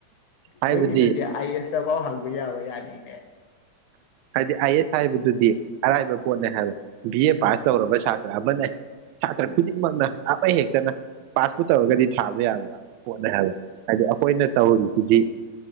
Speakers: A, on the right; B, on the left.
A: ꯍꯥꯏꯕꯗꯤ
B: ꯅꯪꯒꯤꯗꯨꯗꯤ ꯑꯥꯏ ꯑꯦꯁꯇꯐꯥꯎ ꯍꯪꯕ ꯌꯥꯕ ꯌꯥꯅꯤꯅꯦ
A: ꯍꯥꯏꯗꯤ ꯑꯥꯏ ꯑꯦꯁ ꯍꯥꯏꯕꯗꯨꯗꯤ ꯑꯔꯥꯏꯕ ꯄꯣꯠꯅꯦ ꯍꯥꯏꯕ ꯕꯤ ꯑꯦ
B: ꯎꯝ
A: ꯄꯥꯁ ꯇꯧꯔꯕ ꯁꯥ ꯑꯃꯅ ꯁꯥꯇ꯭ꯔ ꯈꯨꯗꯤꯡꯃꯛꯅ ꯑꯃ ꯍꯦꯛꯇꯅ ꯄꯥꯁꯄꯨ ꯇꯧꯔꯒꯗꯤ ꯊꯥꯕ ꯌꯥꯕ ꯄꯣꯠꯅꯦ ꯍꯥꯏꯕ ꯍꯥꯏꯗꯤ ꯑꯩꯈꯣꯏꯅ ꯇꯧꯔꯤꯁꯤꯗꯤ